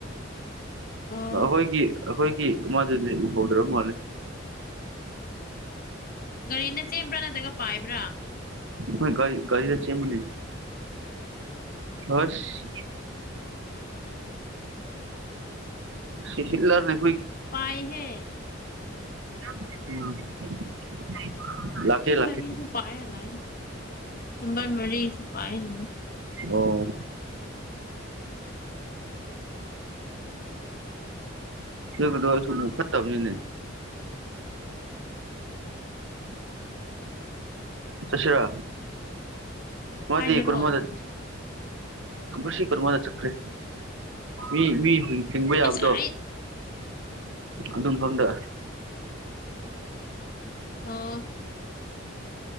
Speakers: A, on the left; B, on the right.
A: ꯑꯣ
B: ꯑꯍꯣꯏꯒꯤ ꯑꯩꯈꯣꯏꯒꯤ ꯃꯗꯨꯗꯤ ꯎꯍꯧꯗ꯭ꯔꯕ ꯃꯥꯜꯂꯦ
A: ꯒꯥꯔꯤꯅ ꯆꯦꯟꯕ꯭ꯔꯥ ꯅꯠꯇ꯭ꯔꯒ ꯄꯥꯏꯕ꯭ꯔꯥ
B: ꯍꯣꯏ ꯒꯥꯔꯤꯗ ꯆꯦꯟꯕꯅꯦ ꯑꯁ ꯁꯤꯂꯔꯅꯦ
A: ꯄꯥꯏ ꯍꯦ
B: ꯎꯝ ꯂꯥꯛꯀꯦ
A: ꯄꯆꯤꯁ
B: ꯂꯥꯛꯀꯦ
A: ꯃꯔꯤꯁꯨ ꯄꯥꯏꯂ ꯅꯝꯕꯔ ꯃꯔꯤꯁꯨ ꯄꯥꯏꯅꯦ
B: ꯑꯣ ꯀꯗꯁꯨ ꯐꯠꯇꯅꯦ ꯆꯁꯤꯔꯣ ꯃꯗꯤ
A: ꯀꯥꯏꯗꯔꯣ
B: ꯀꯃꯗ ꯑꯁꯤ ꯀꯃꯗ ꯆꯀ꯭ꯔꯦ ꯃꯤ ꯃꯤ ꯍꯏ ꯍꯤꯡꯕ ꯌꯥꯕꯗꯣ
A: ꯑꯁ ꯑꯩ
B: ꯑꯗꯨ ꯃꯐꯝꯗ
A: ꯑꯥ